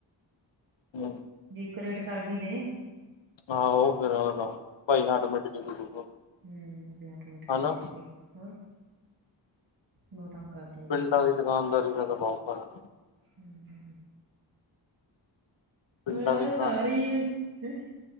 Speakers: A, on the left; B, on the right.
A: ਹੂੰ
B: ਜੇ ਇੱਕ ਰੇਟ ਕਰ ਵੀ ਦੇ।
A: ਆਹੋ। <unintelligible>
B: ਹੂੰ, ਜੇ ਹੱਟ ਮੁੱਟ ਕਰੇ
A: ਹਨਾ
B: ਦੇ ਭਾਈ ਹੋਰ। ਬੋਤ ਤੰਗ ਕਰਦੀ। ਆ
A: ਪਿੰਡਾਂ
B: ਦੀਵੀਆਂ
A: ਦੀ ਦੁਕਾਨਦਾਰੀ ਦਾ <unintelligible>
B: ਹੂੰ
A: ਪਿੰਡਾਂ
B: ਹੈ
A: ਦੀ ਦੁਕਾਨ
B: ਸਾਰੇ ਈ ਯਹੀ,